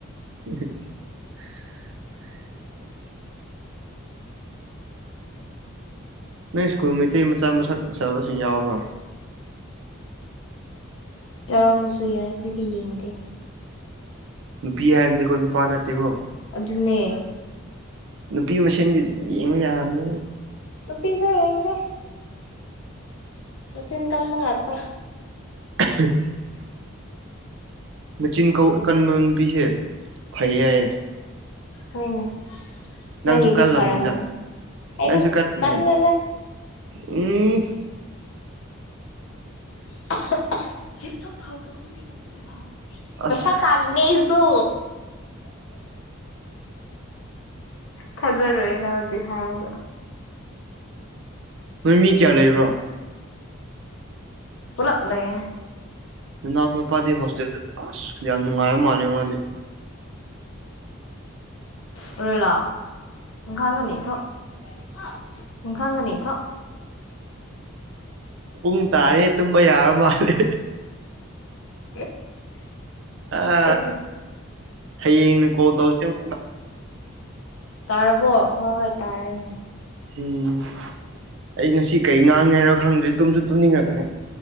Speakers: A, on the right (about 65°); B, on the left (about 65°).
A: <inaudible> ꯅꯪ ꯁ꯭ꯀꯨꯜ ꯃꯩꯇꯩ ꯃꯆꯥ ꯃꯁꯛ ꯐꯖꯕꯁꯤꯡ ꯌꯥꯎꯕ꯭ꯔꯣ
B: ꯌꯥꯎꯔꯝꯃꯁꯨ ꯌꯥꯏ ꯑꯩꯈꯣꯏꯗꯤ ꯌꯦꯡꯗꯦ
A: ꯅꯨꯄꯤ ꯍꯥꯏꯕꯅꯤꯀꯣ ꯅꯨꯄꯥ ꯅꯠꯇꯦꯀꯣ
B: ꯑꯗꯨꯅꯦ
A: ꯅꯨꯄꯤ ꯃꯁꯦꯟꯗꯤ ꯌꯦꯡꯕ ꯌꯥꯕꯅꯦ
B: ꯅꯨꯄꯤꯁꯨ ꯌꯡꯅꯤꯪꯗꯔꯦ ꯃꯆꯤꯟ ꯀꯟꯕ ꯉꯥꯛꯇ
A: <inaudible> ꯃꯆꯤꯟ ꯀꯟꯕ ꯅꯨꯄꯤꯁꯦ ꯐꯩꯌꯦ ꯍꯥꯏꯌꯦ
B: ꯍꯣꯏꯅꯦ
A: ꯅꯪꯁꯨ
B: ꯅꯪꯒꯤꯗꯤ
A: ꯀꯜꯂꯝꯅꯤꯗ
B: ꯐꯔꯝꯒꯅꯤ ꯑꯩꯗꯤ
A: ꯅꯪꯁꯨ ꯀꯜꯂꯝꯅꯤ
B: ꯀꯟꯗꯦꯗ
A: ꯎꯝ
B: <unintelligible> ꯄꯩꯁꯥ
A: ꯑꯁ
B: ꯇꯥꯂꯤꯅꯦ ꯑꯩꯁꯨ ꯊꯥꯖꯔꯣꯏꯌꯦ ꯅꯪ ꯍꯧꯖꯤꯛ ꯍꯥꯏꯕꯗ
A: ꯅꯣꯏ ꯃꯤ ꯀꯌꯥ ꯂꯩꯕ꯭ꯔꯣ
B: ꯄꯨꯂꯞ ꯂꯩꯌꯦ
A: ꯅꯅꯥꯎ ꯅꯨꯄꯥꯗꯤ ꯍꯣꯁꯇꯦꯜꯗ ꯑꯁ ꯌꯥꯝ ꯅꯨꯡꯉꯥꯏꯕ ꯃꯥꯜꯂꯦ ꯃꯣꯗꯤ
B: <unintelligible> <unintelligible>
A: ꯄꯨꯡ ꯇꯥꯔꯦ ꯇꯨꯝꯕ ꯌꯥꯔ ꯃꯥꯜꯂꯦ
B: <unintelligible>
A: ꯑ
B: ꯑꯩꯁ
A: ꯍꯌꯦꯡꯅ ꯀꯣꯜ ꯇꯧꯔꯁꯦ ꯑꯃꯨꯛꯀ
B: ꯇꯥꯔꯕꯣ ꯍꯣꯏ -ꯍꯣꯏ ꯇꯥꯔꯦꯅꯦ
A: ꯎꯝ ꯑꯩ ꯉꯁꯤ ꯀꯩ ꯉꯥꯡꯉꯦ ꯉꯣ ꯈꯪꯗ꯭ꯔꯦ ꯇꯨꯝꯁꯨ ꯇꯨꯝꯅꯤꯡꯉꯛꯈ꯭ꯔꯦ